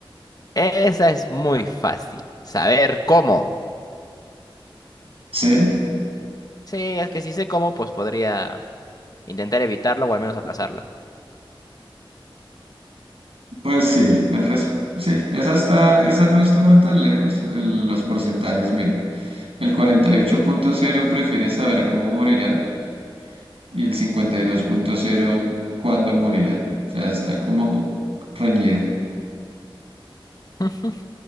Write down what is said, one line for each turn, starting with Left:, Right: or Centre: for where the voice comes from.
Left: Esa es muy fácil. Saber cómo.
Right: Sí,
Left: Sí, es que si sé cómo, pues podría intentar evitarlo o al menos aplazarlo.
Right: pues sí, la res- sí, esa está, esa no estuvo tan lejos. el- Los porcentajes, mira, el cuarenta y ocho punto cero prefiere saber cómo morirá y el 52.0 cuándo morirá. O sea, está como reñida.
Left: <laughs>